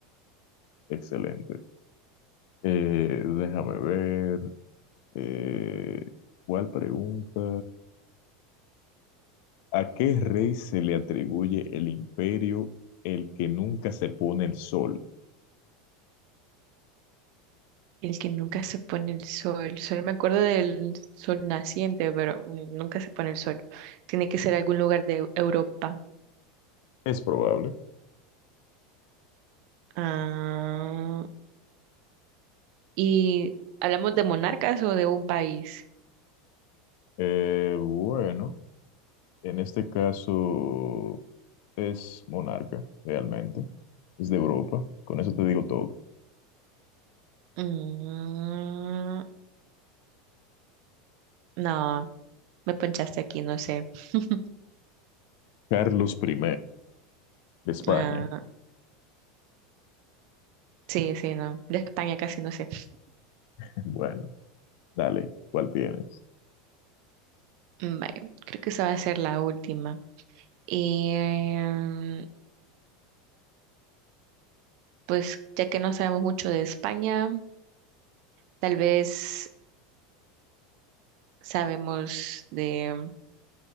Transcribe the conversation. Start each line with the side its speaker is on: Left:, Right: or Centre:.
Left: excelente. Eh, déjame ver. eh, ¿cuál pregunta? ¿A qué rey se le atribuye el imperio el que nunca se pone el sol?
Right: el que nunca se pone el sol. Solo me acuerdo del sol naciente, pero mm, nunca se pone el sol. Tiene que ser algún lugar de Europa.
Left: Es probable.
Right: Ah, ¿y hablamos de monarcas o de un país?
Left: Eh, bueno, en este caso es monarca, realmente. Es de Europa. Con eso te digo todo.
Right: Mm, no, me ponchaste aquí, no sé. <laughs>
Left: Carlos I de España.
Right: Ah. Sí, sí, no. De España casi no sé.
Left: <laughs> Bueno, dale, ¿cuál tienes?
Right: Mm, Vale, creo que esa va a ser la última. Y em, pues ya que no sabemos mucho de España, tal vez sabemos de,